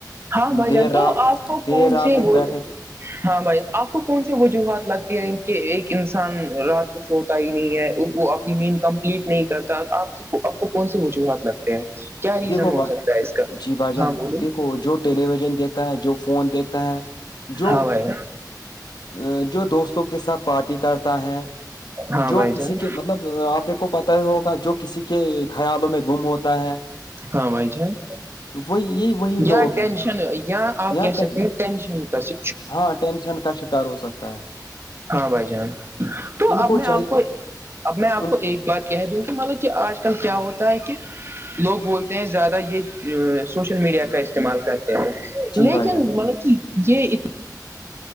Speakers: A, on the right; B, on the left.
A: ہاں بھائی
B: دیر
A: جان
B: رات
A: تو آپ کو
B: دیر
A: کون
B: رات
A: سے
B: تک
A: ہو
B: بیٹھے سے
A: ہاں بھائی آپ کو کون سی وجوہات لگتی ہیں کہ ایک انسان رات کو سو ہو ہی نہیں ہے وہ اپنی نید کمپلیٹ نہیں کرتا آپ آپ کو کون سےی وجوہات لگتے ہیں کیا ریزن
B: دیکھو
A: ہو
B: با
A: سکتا ہے اس کا
B: جی بھائی جان
A: ہاں بولیے
B: دیکھو جو ٹیلی ویژن دیکھتا ہے جو فون دیکھتا ہے جو
A: ہاں بھائی
B: ا جو دوستوں کے ساتھ پارٹی کرتا ہے
A: ہاں
B: جو
A: بھائی
B: کسی
A: جان
B: کے مطلب آپ کو پتا ہی ہوگا جو کسی کے خیالوں میں گم ہوتا ہے
A: ہاں بھائی جان
B: وہی یہ وہی لوگ
A: اں
B: ہیں
A: ٹینشن اں آپ
B: یہاں
A: کہہ
B: ٹین
A: سکتے ہیں ٹینشن کاس
B: ہاں ٹینشن کا شکار ہو سکتا ہے
A: ہاں بھائی جان تو
B: ان
A: اب میں
B: چاہیے
A: آپ کو اب میں آپ
B: ان
A: کو ایک بات کہہ دوں کہ مطلب کہ آج کل کیا ہوتا ہے کہ لوگ بولتے ہیں زیادہ یہ سوشل میڈیا کا استعمال کرتے ہیں
B: جی
A: لیکن
B: بھائی جان
A: مطلب کہ یہ اتنا